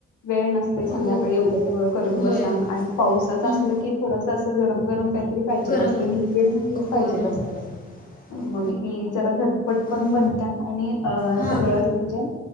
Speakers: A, on the left (about 80°); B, on the left (about 30°).
A: वेळ नसते संध्याकाळी
B: हो
A: एवढं सगळं करून
B: होय
A: बस ां आणि पावसाच
B: हम्म,
A: असलं की थोडस अस गरम गरम े लिक्विड
B: गरम मग
A: मध्येच
B: होय
A: पाहिजे नसते
B: <unintelligible>
A: मग ही जरा झटपट
B: हां
A: पण बनत आणि
B: हां
A: सगळंच म्हणजे